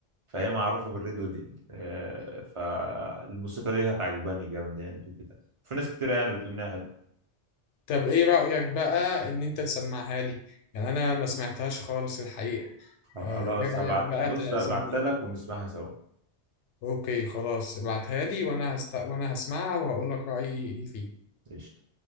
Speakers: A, on the right (about 55°); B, on the left (about 80°).
A: فهي معروفة بالريد ويدنج آه فالموسيقى دي كانت عجباني جامد يعني في البتاع في ناس كتيرة يعني بتقول إنها
B: طب ايه رأيك بقى ان انت تسمعها لي يعني انا ما سمعتهاش خالص الحقيقة
A: خلاص
B: آه ايه رأيك
A: هبعت
B: بقى
A: بص
B: تعزمني
A: هبعتها لك ونسمعها سوا
B: اوكي خلاص ابعتها لي وانا هست... وانا هسمعها وهقول لك رأيي فيها
A: قشطة